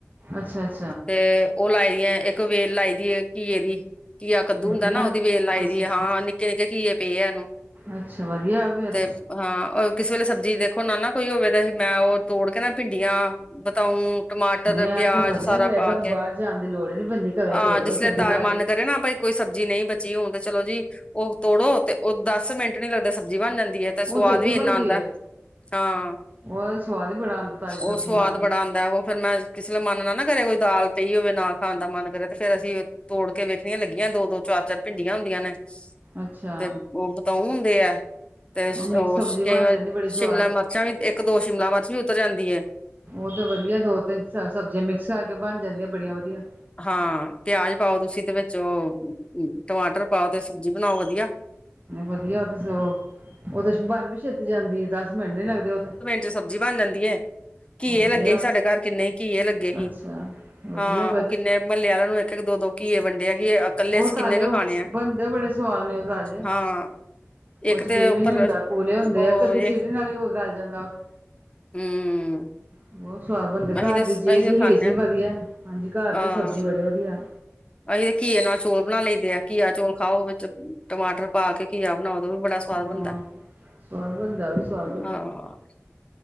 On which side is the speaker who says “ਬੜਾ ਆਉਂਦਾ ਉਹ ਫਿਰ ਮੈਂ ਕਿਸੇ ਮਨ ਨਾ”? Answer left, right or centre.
Left